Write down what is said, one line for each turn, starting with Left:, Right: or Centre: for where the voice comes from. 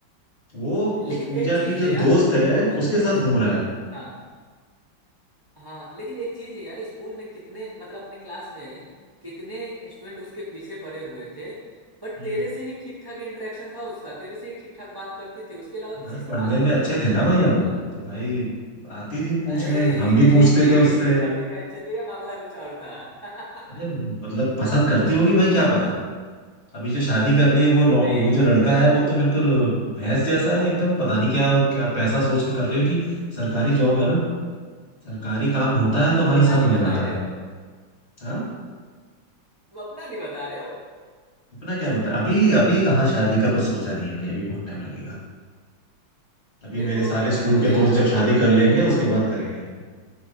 Left: है वो
Right: लेकिन
Left: उस पूजा
Right: एक चीज
Left: की
Right: है
Left: जो
Right: यार
Left: दोस्त
Right: पूरे
Left: है
Right: मतलब
Left: उसके साथ
Right: इस
Left: घूम रहा है
Right: हाँ हाँ लेकिन एक चीज है यार स्कूल में कितने मतलब अपने क्लास में कितने स्टूडेंट उसके पीछे पड़े हुए थे बट
Left: हम्म
Right: तेरे से ही ठीक ठाक इंटरेक्शन था उसका तेरे से ही ठीक ठाक बात करती थी उसके अलावा किसी
Left: भाई
Right: से
Left: पढ़ने
Right: बात
Left: में
Right: भी नहीं
Left: अच्छे
Right: करती
Left: थे ना भाई हम
Right: थी उतना
Left: तो भाई आती थी पूछने
Right: ए <laughs>
Left: हम भी
Right: हे,
Left: पूछते
Right: हे,
Left: थे उससे
Right: पढ़ने में अच्छे थे या मामला कुछ और था <laughs>
Left: अरे मतलब पसंद करती होगी भाई क्या पता अभी जो शादी कर रही है वो
Right: तुम
Left: लौ-
Right: भी
Left: वो जो लड़का है वो तो बिल्कुल भैंस जैसा है एकदम पता नहीं क्या क्या पैसा सोच के कर रही होगी सरकारी जॉब है ना सरकारी काम होता है
Right: तुम
Left: तो भाई
Right: अपना
Left: सब
Right: नहीं
Left: हो
Right: बता
Left: जाता
Right: रहे
Left: है
Right: हो
Left: हाँ
Right: तुम अपना नहीं बता रहे हो
Left: अपना क्या बता अभी अभी कहाँ शादी का कुछ सोचा नहीं है भाई अभी बहुत टाइम लगेगा अभी
Right: देखो
Left: मेरे सारे
Right: अब
Left: स्कूल
Right: कर लो
Left: के
Right: यार
Left: दोस्त
Right: आप
Left: जब शादी
Right: आप
Left: कर लेंगे
Right: देखो आप
Left: उसके बाद करेंगे